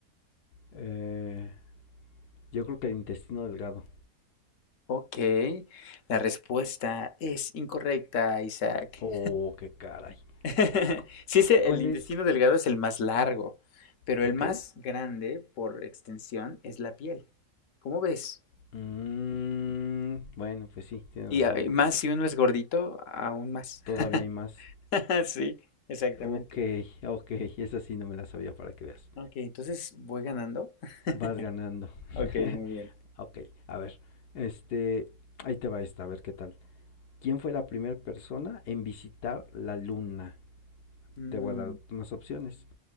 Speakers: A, on the left; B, on the left.
A: Eh, yo creo que el intestino delgado.
B: Ok, la respuesta es incorrecta, Isaac.
A: Oh, qué caray.
B: <laughs>
A: Cu-
B: Sí, es el el
A: ¿Cuál
B: intestino
A: es?
B: delgado es el más largo, pero
A: Ok.
B: el más grande por extensión es la piel. ¿Cómo ves?
A: Mm, bueno, pues sí, tienes
B: Y
A: razón.
B: a- y más si uno es gordito, aún más.
A: Todavía hay más.
B: <laughs> Sí, exactamente.
A: Ok, ok, esa sí no me la sabía para que veas.
B: Ok, entonces voy ganando. <laughs>
A: Vas ganando.
B: Ok,
A: <laughs>
B: muy bien.
A: Ok, a ver, este, ahí te va esta, a ver qué tal. ¿Quién fue la primera persona en visitar la luna?
B: Mm,
A: Te voy a dar unas opciones.